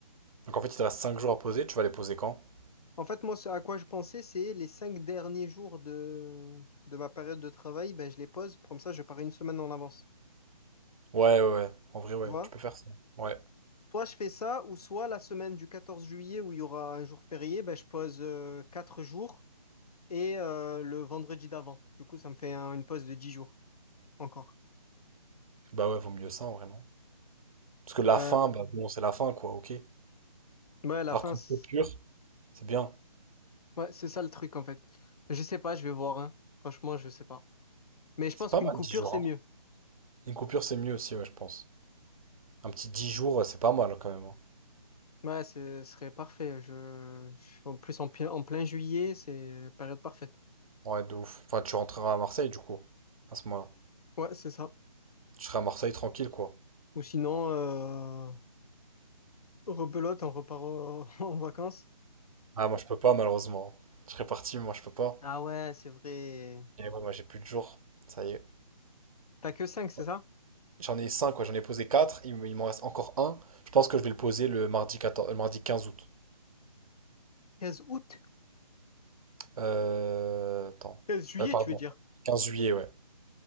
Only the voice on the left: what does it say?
En fait, moi, ce à quoi je pensais, c'est les cinq derniers jours de, de ma période de travail, ben, je les pose. Comme ça, je pars une semaine en avance.
Tu vois?
Soit je fais ça, ou soit la semaine du 14 juillet, où il y aura un jour férié, ben, je pose euh, quatre jours et euh, le vendredi d'avant. Du coup, ça me fait un- une pause de 10 jours encore.
Ouais,
ouais, à la
fin,
c'est-
ouais, c'est ça le truc, en fait. Je sais pas, je vais voir, hein. Franchement, je sais pas. Mais je
pense
qu'une
coupure,
c'est
mieux.
Ouais, ce serait parfait. Je, je- en plus, en, pi- en plein juillet, c'est période parfaite.
Ouais, c'est ça.
Ou sinon, euh, rebelote, on repart au- <laughs> en vacances.
Ah ouais, c'est vrai.
T'as que 5 c'est
ça?
quinze août?
quinze juillet,
tu veux dire?